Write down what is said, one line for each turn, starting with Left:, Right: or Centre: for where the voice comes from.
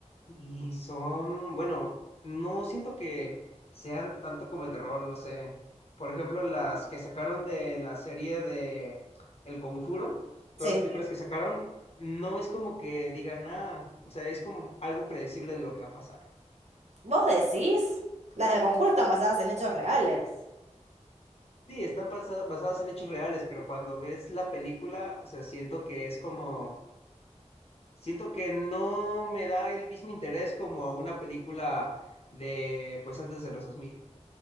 Left: y son, bueno, no siento que sean tanto como de terror, no sé. Por ejemplo, las que sacaron de la serie de El Conjuro,
Right: Sí.
Left: todas las películas que sacaron, no es como que digan nada, o sea, es como algo predecible de lo que va a pasar.
Right: ¿Vos decís? Las del concurso están basadas en hechos reales.
Left: Sí, están basa- basadas en hechos reales, pero cuando ves la película, o sea, siento que es como Siento que no me da el mismo interés como a una película de, pues antes de los dos mil